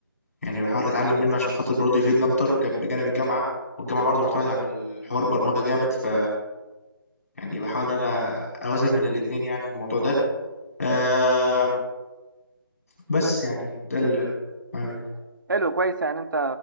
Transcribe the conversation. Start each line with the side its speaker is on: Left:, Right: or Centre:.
Left: يعني بحاول أتعلم منه عشان خاطر برضه يفيدني أكتر جنب بجانب الجامعة والجامعة برضه معتمدة على الحوار البرمجة جامد ف يعني بحاول إن أنا أوازن بين الاتنين يعني في الموضوع ده أه بس يعني ده اللي بعمله
Right: حلو كويس يعني انت